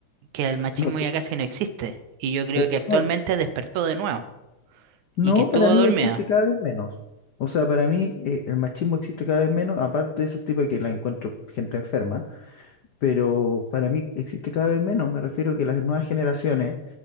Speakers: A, on the right (about 85°); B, on the left (about 80°).
A: que el machismo
B: no, que-
A: ya casi no existe, y yo creo
B: eh,
A: que
B: o
A: actualmente
B: sea,
A: despertó de nuevo,
B: no,
A: y que estuvo
B: para mí
A: dormido.
B: existe cada vez menos. O sea, para mí eh, el machismo existe cada vez menos, aparte de ese tipo que la encuentro gente enferma, pero para mí existe cada vez menos. Me refiero que las nuevas generaciones